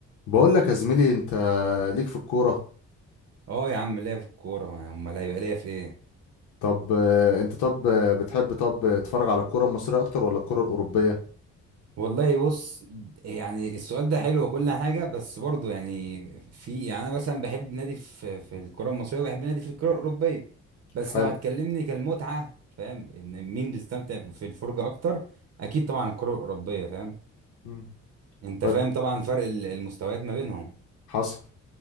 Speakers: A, on the left (about 80°); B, on the right (about 55°).
A: بقول لك يا زميلي انت ليك في الكورة
B: اه يا عم ليا في الكورة امال هيبقى ليا في ايه
A: طب آه، انت طب آه، بتحب طب تتفرج على الكورة المصرية اكتر ولا الكورة الأوروبية
B: والله بص يعني السؤال ده حلو وكل حاجة بس برضه يعني في يعني انا مثلا بحب نادي في في الكرة المصرية وبحب نادي في الكرة الأوروبية بس
A: حلو
B: لو هتكلمني كالمتعة فاهم ان مين بيستمتع في الفرجة اكتر اكيد طبعا الكرة الأوروبية فاهم
A: مم.
B: انت
A: ب...
B: فاهم طبعا فرق ال- المستويات ما بينهم
A: حصل